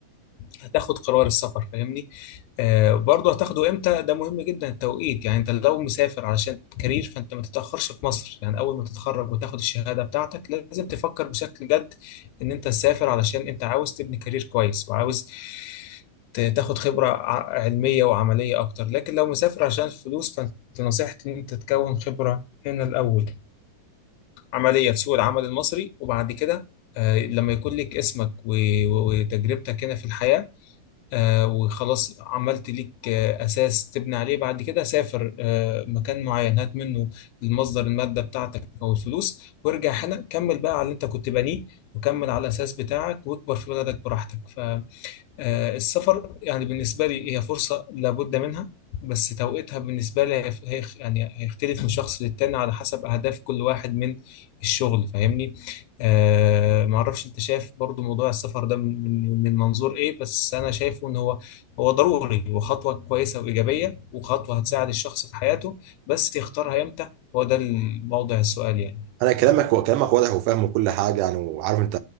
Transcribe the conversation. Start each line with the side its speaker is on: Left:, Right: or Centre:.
Left: هتاخد قرار السفر فاهمني آه، برضه هتاخده امتى ده مهم جدا التوقيت يعني انت لو مسافر علشان كارير فانت ما تتاخرش في مصر يعني اول ما تتخرج وتاخد الشهاده بتاعتك لازم تفكر بشكل جد ان انت تسافر علشان انت عاوز تبني كارير كويس وعاوز ت- تاخد خبره ع- علميه وعمليه اكتر لكن لو مسافر عشان فلوس فانت نصيحتي ان انت تكون خبره هنا الاول عمليه في سوق العمل المصري وبعد كده آه، لما يكون لك اسمك و- و- وتجربتك هنا في الحياه آه، وخلاص عملت ليك آه، أساس تبني عليه بعد كده سافر آه، مكان معين هات منه المصدر المادة بتاعتك أو الفلوس وارجع هنا كمل بقى على اللي أنت كنت بانيه وكمل على الأساس بتاعك واكبر في بلدك براحتك آه، السفر يعني بالنسبة لي هي فرصة لابد منها بس توقيتها بالنسبة لي هي هي- يعني هيختلف من شخص للتاني على حسب أهداف كل واحد من الشغل فاهمني آه معرفش أنت شايف برضو موضوع السفر ده من من من منظور إيه بس أنا شايفه إن هو هو ضروري وخطوة كويسة وإيجابية وخطوة هتساعد الشخص في حياته بس يختارها إمتى هو ده الموضع السؤال يعني
Right: انا كلامك كلامك واضح وفاهم كل حاجه يعني وعارف انت